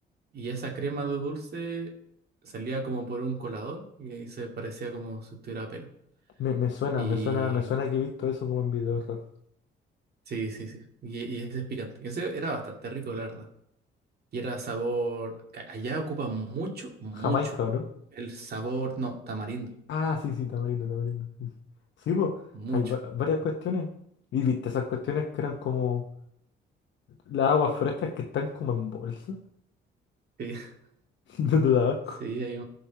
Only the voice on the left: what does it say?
Me, me suena,
me suena, me suena que he visto eso como en videos raros.
Jamaica, ¿o no?
Ah, sí, sí, tamarindo, tamarindo. Sí, sí. Sí, po,
hay va- varias cuestiones. Y viste esas cuestiones que eran como las aguas frescas que están como en bolsa. <laughs>
No te da asco.